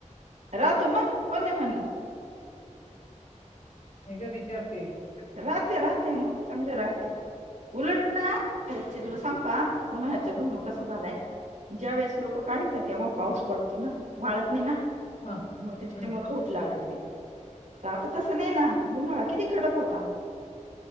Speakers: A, on the right; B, on the left.
A: राहतो मग कोण नाही म्हणलं?
B: नाही ग विचारते
A: राहते राहते मग चांगले राहते उलट ना तुला सांगू का? उन्हाळ्यात भुईमुग कसा झालाय? ज्या वेळेस लोकं काढीत्या तेव्हा पाऊस पडतो ना वाळत नाही ना
B: हां
A: मग त्याच्या
B: हं.
A: मुळं खवूट लागतंय त आता तसं नाही ना उन्हाळा किती कडक होता?